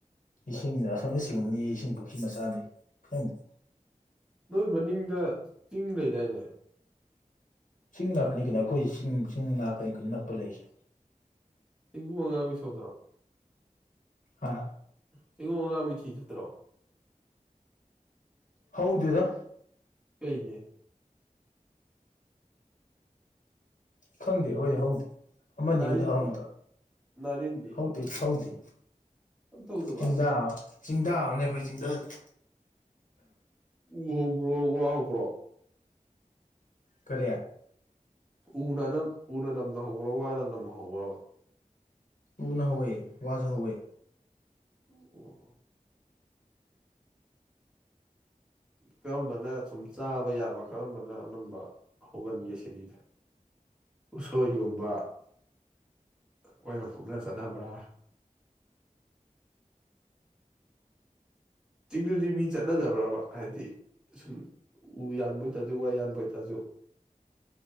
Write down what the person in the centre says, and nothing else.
ꯅꯣꯏ ꯃꯅꯤꯡꯗ ꯆꯤꯡ ꯂꯩꯗꯥꯏꯅꯦ
ꯆꯦꯡꯒꯨꯝ ꯑꯉꯥꯡꯕꯤ ꯁꯧꯗ꯭ꯔꯣ
ꯆꯦꯡꯒꯨꯝ ꯑꯉꯥꯡꯕꯤ ꯊꯤ ꯆꯠꯇ꯭ꯔꯣ
ꯀꯩꯒꯤ
ꯅꯥꯔꯤꯟꯗꯤ
ꯅꯥꯔꯤꯟꯗꯤ
ꯑꯝ ꯇꯧꯗꯕ
ꯎ ꯍꯧꯕ꯭ꯔꯣ ꯋꯥ ꯍꯧꯕ꯭ꯔꯣ
ꯎꯅ ꯑꯅꯝ ꯎꯅ ꯅꯝꯅꯍꯧꯕ꯭ꯔꫭ ꯋꯥꯅ ꯅꯝꯍꯧꯕ꯭ꯔꫭꯕ
ꯎꯝ ꯑꯣ ꯀꯔꯝꯕꯅ ꯁꯨꯝ ꯆꯥꯕ ꯌꯥꯕ ꯀꯔꯝꯕꯅ ꯑꯅꯝꯕ ꯍꯧꯒꯟꯒꯦ ꯁꯤꯅꯤꯗ ꯎꯁꯣꯏꯒꯨꯝꯕ ꯑꯣꯏꯅ ꯐꯨꯛꯅ ꯆꯥꯅꯕ꯭ꯔꯥ ꯆꯤꯡꯗꯗꯤ ꯃꯤ ꯆꯠꯅꯗꯕ꯭ꯔꯕ ꯍꯥꯏꯗꯤ ꯁꯨꯝ ꯎ ꯌꯥꯟꯕ ꯑꯣꯏꯇꯥꯔꯁꯨ ꯋꯥ ꯌꯥꯟꯕ ꯑꯣꯏꯇꯥꯔꯁꯨ